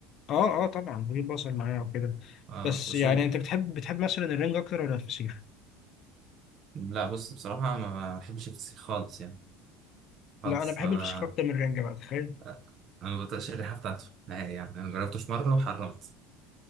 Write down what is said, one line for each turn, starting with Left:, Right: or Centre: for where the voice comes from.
Left: اه, آه طبعا بجيب بصل معايا وكده
Right: اه
Left: بس
Right: اصول
Left: يعني انت بتحب بتحب مثلا الرنجه اكتر ولا الفسيخ
Right: لا بص بصراحه ما بحبش الفسيخ خالص يعني خالص
Left: لا انا بحب
Right: ما
Left: الفشخ اكتر من الرنجه بقى تخيل
Right: ب... انا ما بطيقش الريحه بتاعته نهائي يعني انا جربته في مره وحرمت